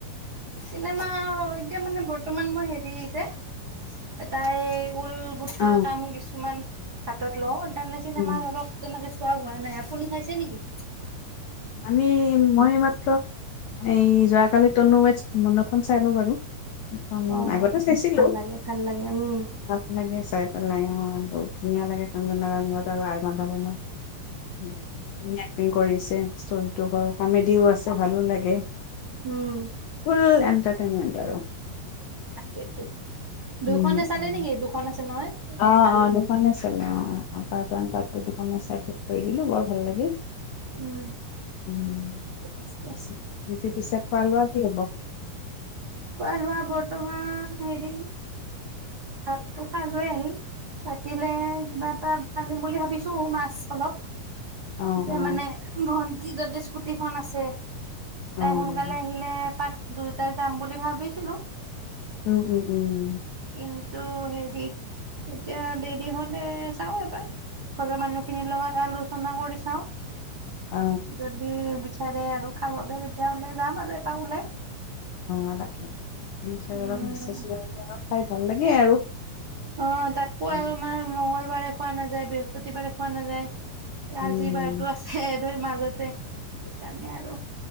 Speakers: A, on the right (about 40°); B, on the left (about 80°).
A: চিনেমা এতিয়া মানে বৰ্তমান মই হেৰি আহিছে তাই কুল গুঠা
B: অ
A: কাম কিছুমান হাতত লওঁ সেইকাৰণে চিনেমা
B: উম
A: ধৰক যেনেকে খোৱা হোৱা নাই আপুনি চাইছে নেকি
B: আমি মই মাত এই যোৱাকালি টনু ৱে মডখন চাই লওঁ বাৰু খন
A: অ
B: আগতে চাইছিলো
A: ভাল লাগে ভাল লাগে উম
B: ভাল লাগে অ বহত ধুনীয়া লাগে ক আৰু বন্ বন্ উম কি কৰিছে ষ্টৰিটো বাৰু কমেডিও আছে ভালো লাগে
A: উম
B: ফুল এ এণ্টাটেইনমেণ্ট আৰু
A: তাকে দুইখনে
B: উম
A: চালে
B: উম
A: নেকি দুখন আছে নহয়
B: অ
A: এক দুই
B: অ দুখন আছিল অ পাৰ্ট ৱান পাৰ্চ টো দুখন আছিল চাই শেষ কৰি দিলো বৰ ভাল লাগিল
A: উম
B: উম
A: আছে।
B: পিছে খোৱা লোৱা কি হব
A: খোৱা লোৱা বৰ্তমান হেৰি ভাতটো খাই লৈ আহিম ৰাতিলে কিবা এটা আনিম বুলি ভাবিছো মাছ অলপ
B: অ
A: এতিয়া
B: অ
A: মানে ভন্টি যাতে স্কুটিখন আছে
B: উম,
A: তাই সোনকালে আহিলে পাক দুয়োটাই যাম বুলি ভাবেছিলো
B: উম উম উম উ
A: ক ত হেৰি এতিয়া দেৰি হলে চাওঁ এবাৰ ঘৰৰ মানুহখিনিৰ লগত আলোচনা কৰি চাওঁ
B: অ',
A: যদি বিচাৰে আৰু খাবলৈ তেতিয়াাহলে যাম আৰু এপাক ওলাই
B: ইনছট্ৰাগ্ৰামত
A: উম
B: মেচেজ কৰিলে ভাল লাগে আৰু
A: অ তাকো
B: উম,
A: আৰু আমাৰ মঙল বাৰে খোৱা নাযায় বৃহস্পতিবাৰে খোৱা নাযায়
B: উম।
A: আজি বাৰতো আছে দুই মাজতে সেইকাৰে আৰু